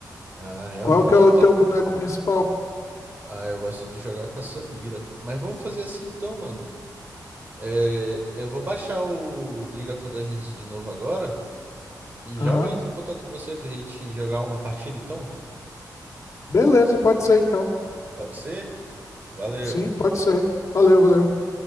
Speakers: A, on the right; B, on the left.
A: Ah, realmente,
B: Qual que é o
A: então.
B: teu boneco principal?
A: Ah, eu gosto de jogar com a Samira. Mas vamos fazer assim então, mano. É, eu vou baixar o League of Legends de novo agora. E
B: Aham.
A: já eu entro em contato com você pra gente jogar uma partida, então?
B: Beleza, pode ser então.
A: Pode ser? Valeu.
B: Sim, pode ser. Valeu, valeu.